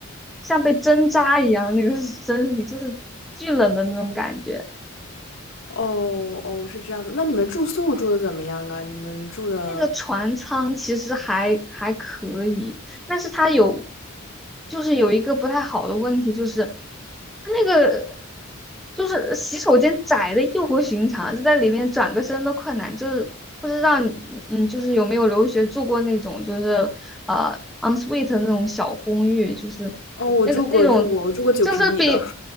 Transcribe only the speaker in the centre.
像被针扎一样，那个 <laughs> 身体就是巨冷的那种感觉。
那个船舱其实还还可以，但是它有，就是有一个不太好的问题，就是它那个就是洗手间窄的异乎寻常，就在里面转个身都困难。就是不知道你嗯，就是有没有留学住过那种就是呃 ensuite 那种小公寓，就是
那个那种
就是比